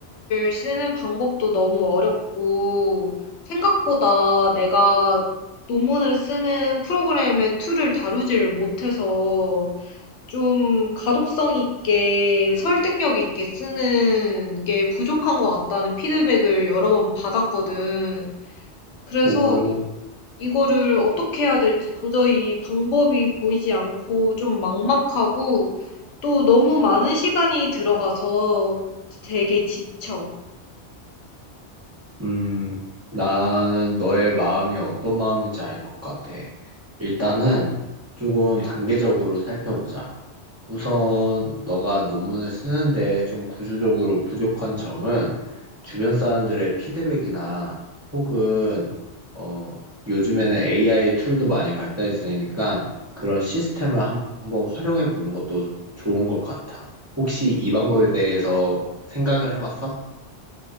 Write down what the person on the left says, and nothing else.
쓰는 방법도 너무 어렵고 생각보다 내가 논문을 쓰는 프로그램의 툴을 다루질 못해서 좀 가독성 있게 설득력 있게 쓰는 게 부족한 것 같다는 피드백을 여러 번 받았거든. 그래서
이, 이거를 어떻게 해야 될지 도저히 방법이 보이지 않고 좀 막막하고 또 너무 많은 시간이 들어가서 되게 지쳐.